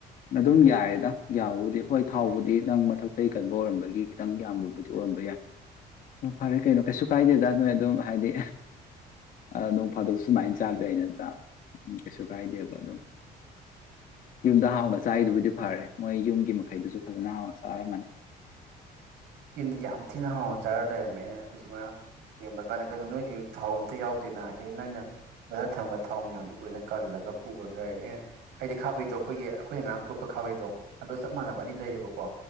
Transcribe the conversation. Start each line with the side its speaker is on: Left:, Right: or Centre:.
Left: ꯑꯗꯨꯝ ꯌꯥꯔꯦꯗ ꯌꯥꯕꯕꯨꯗꯤ ꯍꯣꯏ ꯊꯥꯎꯕꯨꯗꯤ ꯅꯪ ꯃꯊꯛꯇꯒꯤ ꯀꯟꯕ ꯑꯣꯏꯔꯝꯕꯒꯤ ꯈꯤꯇꯪ ꯌꯥꯝꯕꯕꯨꯗꯤ ꯑꯣꯏꯔꯝꯕ ꯌꯥꯏ ꯐꯔꯦ ꯀꯩꯅꯣ ꯀꯩꯁꯨ ꯀꯥꯏꯗꯦꯗ ꯅꯣꯏ ꯑꯗꯨꯝ ꯍꯥꯏꯗꯤ ꯅꯣꯡ ꯐꯥꯗꯣꯛ ꯁꯨꯃꯥꯏꯅ ꯆꯥꯕ ꯌꯥꯏ ꯅꯠꯇ꯭ꯔꯥ ꯎꯝ ꯀꯩꯁꯨ ꯀꯥꯏꯗꯦꯕ ꯑꯗꯨꯝ ꯌꯨꯝꯗ ꯍꯥꯎꯅ ꯆꯥꯔꯤꯗꯨꯕꯨꯗꯤ ꯐꯔꯦ ꯃꯣꯏ ꯌꯨꯝꯒꯤ ꯃꯈꯩꯗꯨꯁꯨ ꯐꯖꯅ ꯍꯥꯎꯅ ꯆꯥꯔꯝꯃꯅꯤ
Right: ꯌꯨꯝꯗꯨꯗꯤ ꯌꯥꯝ ꯊꯤꯅ ꯍꯥꯎꯅ ꯆꯥꯔ ꯂꯩꯔꯝꯃꯦ ꯑꯩꯅ ꯑꯩꯁꯨ ꯉꯥꯏꯔ ꯌꯦꯡꯕ ꯀꯥꯟꯗ ꯀꯩꯅꯣ ꯅꯣꯏꯗꯤ ꯊꯥꯎ ꯑꯝꯇ ꯌꯥꯎꯗꯦꯅ ꯑꯦ ꯅꯣꯏꯅ ꯃꯊꯛ ꯊꯝꯝꯕ ꯊꯥꯎ ꯃꯌꯥꯝꯗꯨꯣ ꯂꯣꯏꯅ ꯀꯜꯂꯒ ꯄꯨꯈꯒ ꯑꯩꯅ ꯍꯥꯏꯗꯤ ꯈꯥꯕꯩꯗꯣ ꯑꯩꯈꯣꯏꯒꯤ ꯑꯩꯈꯣꯏꯅ ꯉꯔꯥꯡ ꯀꯣꯠꯄ ꯈꯥꯕꯩꯗꯣ ꯑꯗꯣ ꯆꯞ ꯃꯥꯟꯅꯕ ꯑꯅꯤ ꯂꯩꯌꯦꯕꯀꯣ